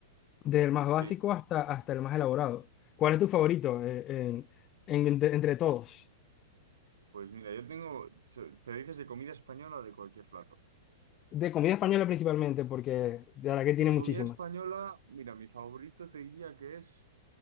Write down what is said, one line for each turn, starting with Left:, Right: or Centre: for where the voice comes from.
Left: desde el más
Right: Sí.
Left: básico hasta, hasta el más elaborado. ¿Cuál es tu favorito eh, en- en- entre, entre todos?
Right: Pues mira, yo tengo, so- te dices de comida española o de cualquier plato.
Left: De comida española principalmente, porque de verdad que tiene
Right: Comida
Left: muchísimas.
Right: española, mira, mi favorito te diría que es,